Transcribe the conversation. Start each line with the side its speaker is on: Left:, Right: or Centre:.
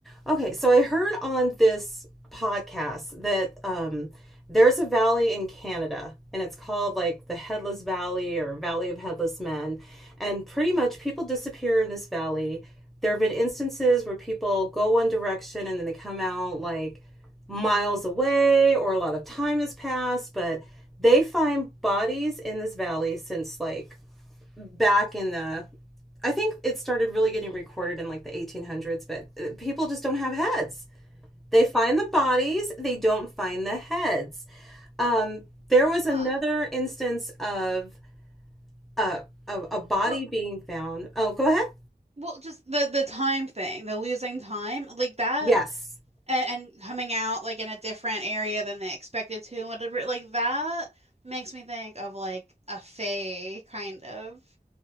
Centre: Okay, so I heard on this podcast that um, there's a valley in Canada, and it's called like the Headless Valley or Valley of Headless Men. And pretty much people disappear in this valley. There have been instances where people go one direction and then they come out like miles away, or a lot of time has passed, but they find bodies in this valley since like back in the I think it started really getting recorded in like the 1800s, but uh, people just don't have heads. They find the bodies, they don't find the heads. Um, there was another
Right: Huh.
Centre: instance of, uh, of a body
Right: Well,
Centre: being found. Oh, go ahead.
Right: well, just the the time thing, the losing time, like that,
Centre: Yes.
Right: and, and coming out like in a different area than they expected to, and whatever, like that makes me think of like a fae kind of